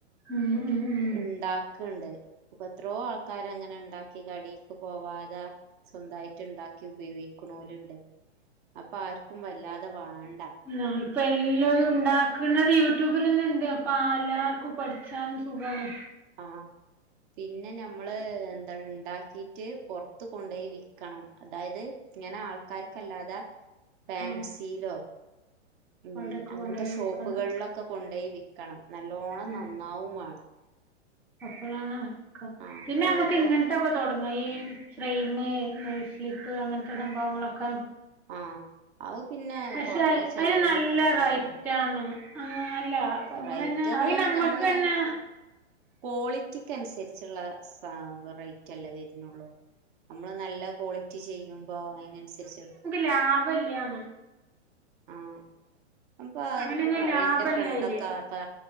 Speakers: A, in the centre; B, on the right.
A: ഉം ഉം ഉം
B: ഉണ്ടാ ഒക്കെണ്ട് ഇപ്പൊ എത്രയോ ആൾക്കാര് അങ്ങനെ ഉണ്ടാക്കി കടി ഒക്കെ പോവാതെ സ്വന്തമായിട്ട് ഉണ്ടാക്കി ഉപയോഗിക്കണോലുണ്ട് അപ്പൊ ആർക്കും വല്ലാതെ വേണ്ട
A: ഇ ഇപ്പൊ എല്ലോതും ഉണ്ടാ ക്കണത് യൂട്യൂബിൽ അന്നെ ഉണ്ട് അപ്പൊ എല്ലാർക്കും പഠിച്ചാനും സുഖമാണ്
B: ആഹ് പിന്നെ നമ്മള് എന്താ ഉണ്ടാക്കിട്ട് പുറത്ത് കൊണ്ടപോയി വിക്കണം അതായത് ഇങ്ങനെ ആൾക്കാർക്കല്ലാതെ ഫാൻസിയിലോ
A: ആഹ്
B: ഉം
A: അവിടൊക്കെ
B: അങ്ങനത്തെ
A: കൊണ്ടോയി
B: ഷോപ്പുകളിലൊക്കെ
A: വെക്കണം
B: കൊണ്ടോയി വിൽക്കണം നല്ലോണം
A: ഉം
B: നന്നാവും വേണം
A: അപ്പളാണ് ക്ക
B: ആഹ്
A: പിന്നെ നമുക്ക്
B: ഓരോ
A: ഇങ്ങന ഇട്ടൊക്കെ തൊടങ്ങാ ഈ ഫ്രെയിംമ് നെയിം സ്ലിപ്പ് അങ്ങനത്തെ സംഭവങ്ങളൊക്കെ
B: ആഹ് അത് പിന്നെ
A: പക്ഷെ
B: കുറഞ്ഞ ചെലവില്
A: അതിന് നല്ല
B: നടക്കണ
A: റൈറ്റ്
B: കാര്യം
A: ആണ് അല്ല അപ്പൊ നമ്മളന്നെ
B: റൈറ്റ്റിഞ്ഞാ
A: അത് നമ്മക്ക്
B: ഞമ്മള്
A: തന്നെ
B: കോളി റ്റിക്ക് അനുസരിച്ചുള്ള സ റേറ്റ് അല്ലേ വരുന്നുള്ളൂ നമ്മള് നല്ല ക്വാളിറ്റി ചെയ്യുമ്പോ അതിനനുസരിച്ച്
A: ലാഭം ഇല്ലയാന്ന്
B: ആഹ് അപ്പൊ അത്
A: അങ്ങനെയൊന്നും
B: ഇപ്പൊ പറയും
A: ലാഭല്ല
B: ഇന്റെ ഫ്രണ്ടൊക്കെ
A: അയില്
B: അപ്പൊ